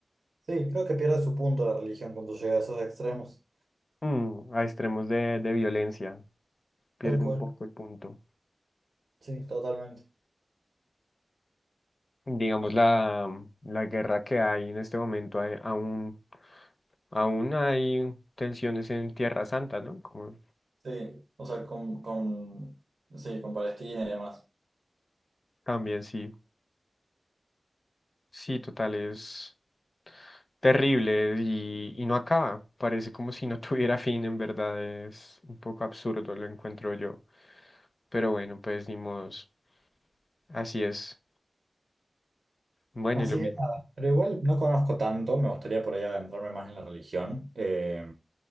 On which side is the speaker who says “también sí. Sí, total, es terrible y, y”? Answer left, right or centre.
Left